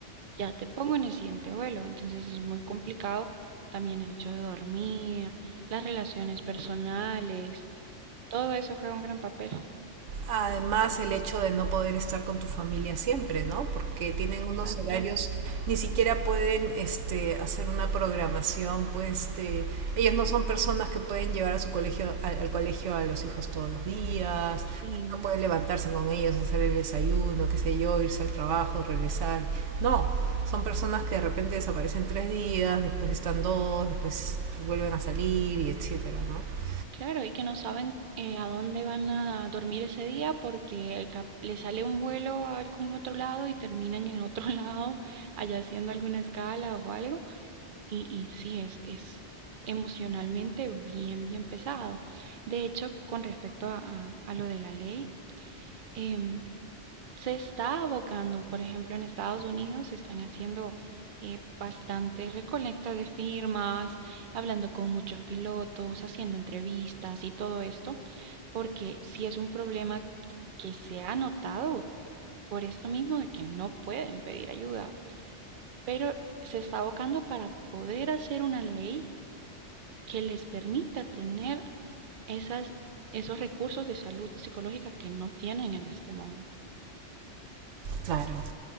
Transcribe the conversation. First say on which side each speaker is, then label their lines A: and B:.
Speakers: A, on the right; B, on the right.
A: ya te pongo en el siguiente vuelo. Entonces es muy complicado también el hecho de dormir, las relaciones personales, todo eso juega un gran papel.
B: Además, el hecho de no poder estar con tu familia siempre, ¿no? Porque tienen unos
A: Exacto.
B: horarios, ni siquiera pueden este, hacer una programación, pues de... Ellos no son personas que pueden llevar a su colegio, al, al colegio a los hijos todos los días,
A: Sí.
B: no pueden levantarse con ellos, hacer el desayuno, qué sé yo, irse al trabajo, regresar. No, son personas que de repente desaparecen tres días, después están dos, después vuelven a salir y etcétera, ¿no?
A: Claro, y que no saben eh, a dónde van a dormir ese día porque cap- le sale un vuelo a algún otro lado y terminan en otro <laughs> lado, allá haciendo alguna escala o algo. Y, y sí, es, es emocionalmente bien, bien pesado. De hecho, con respecto a, a- a lo de la ley, em, se está abocando, por ejemplo, en Estados Unidos se están haciendo eh, bastante recolecta de firmas, hablando con muchos pilotos, haciendo entrevistas y todo esto, porque si es un problema que se ha notado por esto mismo de que no pueden pedir ayuda, pero se está abocando para poder hacer una ley que les permita tener esas, esos recursos de salud psicológica que no tienen en este momento.
B: Claro,